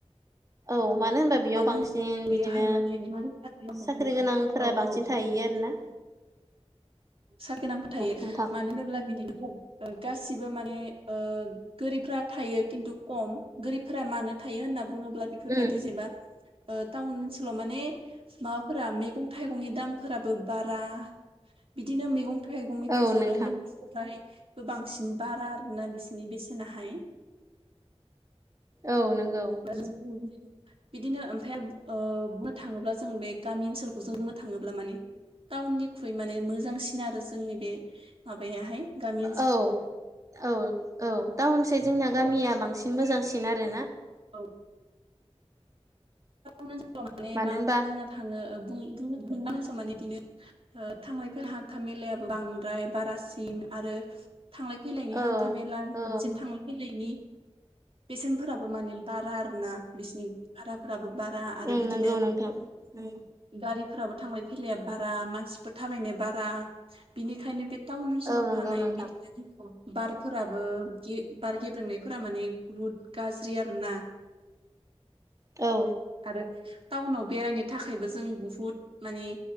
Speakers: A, on the right; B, on the right.
A: औ मानो होनबा बेयाव बांसिन
B: होन बेयोहाय
A: बिदिनो
B: माने
A: साख्रि गोनांफोरा
B: औ
A: बांसिन
B: औ
A: थाहैयो आरोोना
B: स गोनांफोर थायो
A: नोंथां
B: मानो होनोब्ला बिनिनाव गासिबो माने गोरिबफ्रा थायो खिन्थु खम गोरिबफोरा मानो थायो होनना बुङोब्ला बेफोरबायदि
A: उम
B: जेनबा टाउन ओनसोलाव माने माबाफोरा मैगं थाइगंनि दामफोराबो बारा बिदिनो मैगं थाइगंनिफ्राय
A: औ
B: जानाय
A: नोंथां
B: लोंनायनि ज बांसिन बारा आरोना बिसिनि बेसेनाहाय
A: औ नंगौ
B: आरो बिदिनो ओमफ्रायाय बुंनो थाङोब्ला जों बे गामि ओनसोलखौ जों बुंनो थाङोब्ला माने टाउननिख्रुइ माने मोजांसिन आरो जोंनि बे माबायाहाय गामि ओनसोल
A: औ औ औ टाउनस जोंना गामिया बांसिन मोजांसिन आरोना
B: औ माने
A: मानो
B: मा
A: होनबा
B: बुंनो थाङो बुं नस माने बिदिनो थांलाय फैलाय हान्था मेलाया बांद्राय बारासिन आरो थांलाय फैलायनि
A: औ
B: हान्था मेला
A: औ
B: जनो थांलाय फैलायनि बेसेनफोराबो माने बारा आरोना बिसनि भाराफोराबो बारा आरो
A: ओं
B: बिदिनो
A: नंगौ नोंथां उम
B: गारिफोराबो थांलाय फैलाया बारा मानसिफोर थाबायनाय बारा बिनिखायनो बे टाउन ओनसोलाव
A: औ नंगौ
B: थानाय
A: नोंथां
B: बिदिनो जेखौ बारफोराबो बार गेब्रेंनायफोरा माने बुहुद गाज्रि आरोोना
A: औ
B: आरो टाउनाव बेरायनो थाखायबो जों बुहुद मानि